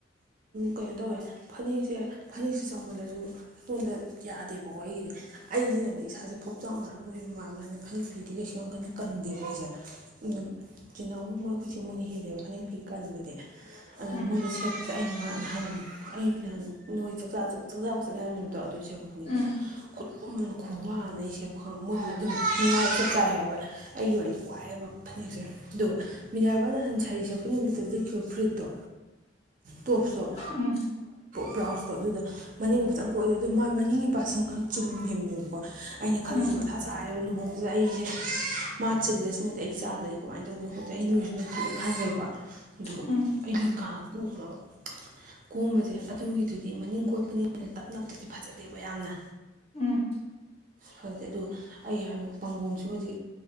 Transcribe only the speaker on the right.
ꯀꯩꯅꯣ ꯇꯧꯋꯦ ꯐꯅꯦꯛꯁꯦ ꯐꯅꯦꯛꯁꯦ ꯆꯥꯎꯃꯜꯂꯁꯨ ꯑꯩꯉꯣꯟꯗ ꯌꯥꯗꯦꯕꯀꯣ ꯑꯩꯒꯤꯗꯤꯦ ꯑꯩꯁꯤꯅꯅꯦ ꯏꯁꯥꯁꯦ ꯐꯣꯞꯆꯥꯎꯅꯔ ꯅꯣꯏꯕ ꯃꯜꯥꯟꯕꯅ ꯐꯅ ꯐꯤꯗꯤ ꯀꯩꯁꯨ ꯌꯥꯝ ꯀꯟꯅ ꯀꯟꯗꯦꯕ ꯑꯩꯁꯦ ꯑꯗꯨ ꯆꯤꯜ ꯏꯅꯥꯎ ꯃꯣꯏ ꯍꯧꯖꯤꯛ ꯃꯣꯏꯅ ꯍꯦꯜꯂꯦꯕ ꯐꯅꯦꯛ ꯐꯦꯛ ꯀꯟꯕꯗꯤ ꯑ ꯑꯗꯨꯅ
ꯃꯣꯏꯗ ꯁꯦꯠꯄꯁꯦ ꯑꯩꯅ ꯉ ꯅꯍꯥꯟ ꯑꯩ ꯅꯍꯥꯟ ꯅꯣꯏ ꯆꯥꯛꯆꯥ ꯆꯥꯛꯆꯥꯕ ꯆꯠꯂꯦ ꯍꯥꯏꯕ ꯅꯨꯃꯤꯇꯣ ꯑꯗꯨ ꯁꯦꯕ ꯐꯅꯤꯛꯇ
ꯈꯨꯠꯂꯃꯅ ꯈꯨꯋꯥꯅ ꯑꯩ ꯁꯦꯕ ꯈꯪꯕ ꯃꯣꯏꯁꯨ ꯑꯗꯨꯝ ꯅꯨꯡꯉꯥꯏ ꯆ ꯆꯥꯏ ꯍꯥꯏꯕ ꯑꯩꯒꯤ ꯑꯣꯏꯅꯗꯤ ꯋꯥꯏꯑꯦꯕ ꯐꯅꯦꯛꯁꯦ ꯑꯗꯨꯒ ꯃꯤꯔꯕꯥ ꯅꯍꯥꯟ ꯁꯥꯔꯤ ꯁꯛꯄ ꯅꯨꯃꯤꯠꯇ ꯂꯤꯠꯈꯤꯕ ꯐꯨꯔꯤꯠꯇꯣ ꯇꯣꯞꯁꯨꯇꯣ
ꯕ꯭ꯔꯥꯎꯖꯇꯣ ꯑꯗꯨꯗꯣ ꯃꯅꯤꯡ ꯈꯤꯇꯪ ꯀꯣꯛꯏꯗꯦ ꯑꯗꯨ ꯃꯥꯏ ꯃꯅꯤꯡ ꯅꯤꯡꯒꯤ ꯄꯥꯛꯁꯤꯡꯒ ꯆꯤꯜꯈꯤꯕꯅꯦꯕꯀꯣ ꯑꯩꯅ ꯈꯜꯂꯤꯁꯦ
ꯃꯊꯥ ꯆꯥꯏꯔꯦꯕ ꯂꯨꯍꯣꯡꯉꯁꯦ ꯑꯩꯁꯦ ꯃꯥ ꯆꯤꯜꯂꯁꯤꯅꯗꯤ ꯑꯩ ꯆꯥꯗ꯭ꯔꯗꯤ ꯀꯃꯥꯏꯅ ꯇꯧꯗꯅ ꯈꯣꯠꯇꯦ ꯑꯩ ꯅꯣꯏꯁꯤ ꯅ ꯈꯜꯂꯦ ꯈꯟꯂ꯭ꯔꯦꯀꯣ ꯑꯗꯨꯒ
ꯍꯧꯖꯤꯛ ꯀꯥꯟꯗ ꯀꯣꯜꯂꯕ ꯀꯣꯝꯕꯁꯦ ꯑꯗꯨꯒꯤꯗꯨꯗꯤ ꯃꯅꯤꯡ ꯀꯣꯠꯄꯅꯤꯅ ꯇꯞ ꯅꯞꯇꯗꯤ ꯐꯖꯗꯦꯕ ꯌꯥꯝꯅ
ꯐꯗꯦ ꯑꯗꯨꯒ ꯑꯩ ꯍꯥꯏꯕ ꯄꯥꯝꯕꯣꯝꯁꯤꯃꯗꯤ